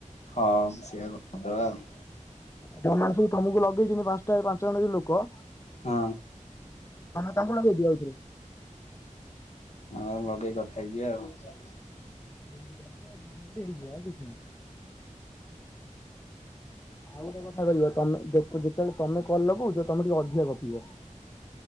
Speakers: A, on the left; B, on the left.
A: ହଁ ସେଇଆ କରିଦବା ଆଉ।
B: ଯୋଉ ମାନେ ସବୁ ତମକୁ ଲଗେଇଛନ୍ତି ପାଞ୍ଚଟା ପାଞ୍ଚ ଜଣ ଯୋଉ ଲୋକ
A: ହଁ।
B: ତମେ ତାଙ୍କୁ ଲଗେଇଦିଅ ଆଉଥରେ।
A: ହଁ ଲଗେଇ କଥା ହେଇଯିବ ଆଉ।
B: <unintelligible> ହେଇଯିବ ଆଉ କିଛି ନାହିଁ। ଆଉ ଗୋଟେ କଥା କହ ତମେ ଯେତେବେଳେ ତମେ କଲ ଲଗଉଛ ତମେ ଟିକେ ଅଧିକା ଗପିବ।